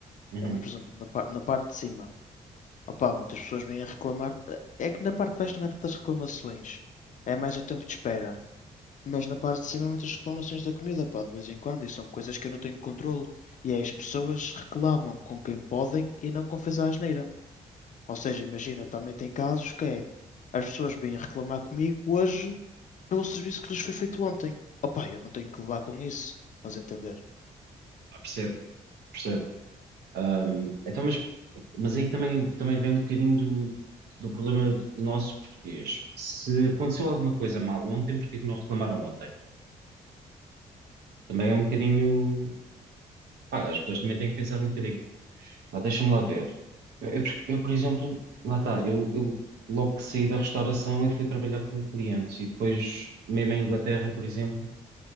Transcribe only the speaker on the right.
Uhum.
Ah, percebo, percebo. Ahm, então, mas, mas aí também, também vem um bocadinho do, do problema nosso português. Se aconteceu alguma coisa mal ontem, porque é que não reclamaram ontem? Também é um bocadinho. Pá, as pessoas também têm que pensar um bocadinho. Lá, deixa-me lá ver. Eu, eu, eu, por exemplo, lá está, eu, eu logo que saí da restauração eu fui trabalhar com clientes e depois, mesmo em Inglaterra, por exemplo,